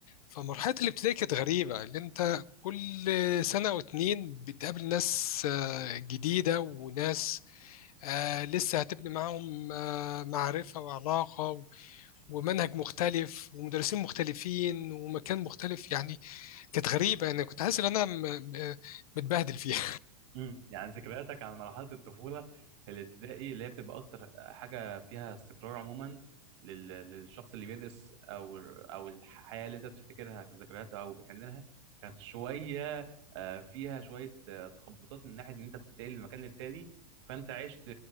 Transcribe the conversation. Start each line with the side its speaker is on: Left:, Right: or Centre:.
Left: فمرحلة الابتدائي كانت غريبة اللي انت كل سنة أو اتنين بتقابل ناس آه، جديدة وناس آه، لسه هتبني معاهم آه، معرفة وعلاقة و- ومنهج مختلف ومدرسين مختلفين ومكان مختلف يعني كانت غريبة أنا كنت حاسس إن أنا م- م- متبهدل فيها
Right: امم يعني ذكرياتك عن مرحلة الطفولة في الابتدائي اللي هي بتبقى أكتر حاجة فيها استقرار عموما لل- للشخص اللي بيدرس أو أو الحياة اللي أنت بتفتكرها كذكريات أو بتحن لها كانت شوية آه، فيها شوية آه، تخبطات من ناحية إن أنت بتنتقل من مكان للتاني فأنت عشت